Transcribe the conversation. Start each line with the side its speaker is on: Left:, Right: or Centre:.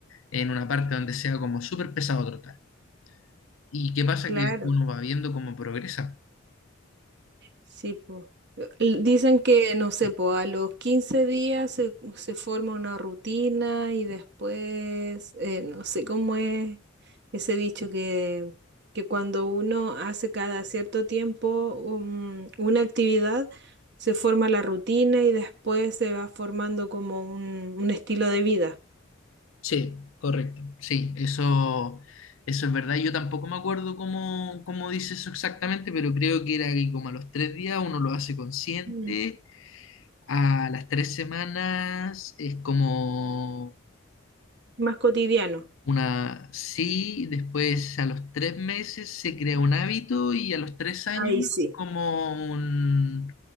Left: en una parte donde sea como súper pesado trotar. ¿Y qué pasa?
Right: Claro.
Left: Que uno va viendo cómo progresa.
Right: Sí, po. L- Dicen que, no sé, po, a los 15 días se, se forma una rutina y después, eh, no sé cómo es ese dicho que, que cuando uno hace cada cierto tiempo un- una actividad, se forma la rutina y después se va formando como un, un estilo de vida
Left: Sí, correcto. Sí, eso, eso es verdad. Yo tampoco me acuerdo cómo, cómo dice eso exactamente, pero creo que era que como a los tres días uno lo hace consciente,
Right: Mm.
Left: a las tres semanas es como
Right: más cotidiano.
Left: Una sí, después a los tres meses se crea un hábito y a los tres años
Right: Ahí sí.
Left: como un,